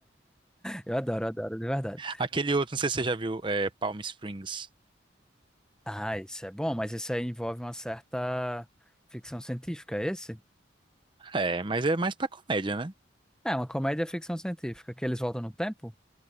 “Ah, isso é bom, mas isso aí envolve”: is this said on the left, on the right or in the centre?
Centre